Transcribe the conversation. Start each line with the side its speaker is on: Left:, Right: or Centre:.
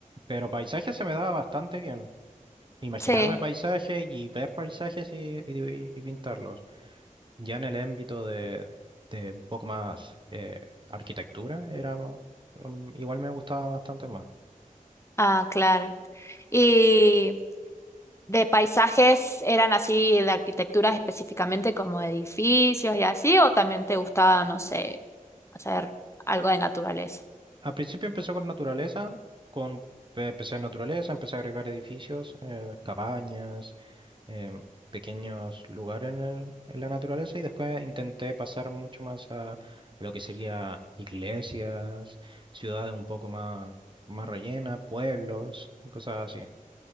Right: Pero paisaje se me daba bastante bien. Imaginarme
Left: Sí.
Right: paisajes y ver paisajes y, y- y pintarlos. Ya en el ámbito de, de un poco más eh, arquitectura, era, um, igual me gustaba bastante más.
Left: Ah, claro. Y de paisajes, ¿eran así de arquitecturas específicamente como edificios y así? ¿O también te gustaba, no sé, hacer algo de naturaleza?
Right: Al principio empezó con naturaleza, con, empecé en naturaleza, empecé a agregar edificios, eh, cabañas, eh, pequeños lugares en, el- en la naturaleza y después intenté pasar mucho más a lo que sería iglesias, ciudades un poco más, más rellenas, pueblos, y cosas así.